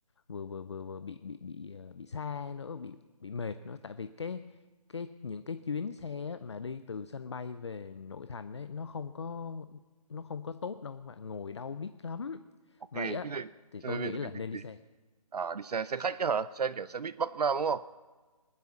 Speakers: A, on the left (about 45°); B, on the right (about 80°).
A: vừa vừa vừa, vừa bị bị bị ờ, bị xa nữa, bị bị mệt nữa tại vì cái cái những cái chuyến xe á, mà đi từ sân bay về nội thành ấy nó không có nó không có tốt đâu mà ngồi đau đít lắm
B: ok
A: Vậy
B: thế
A: á
B: thì thế
A: thì tôi
B: thì bây
A: nghĩ
B: giờ
A: là
B: mình
A: nên
B: đi
A: đi
B: gì?
A: xe.
B: à đi xe xe khách ấy hả xe kiểu xe buýt Bắc Nam đúng không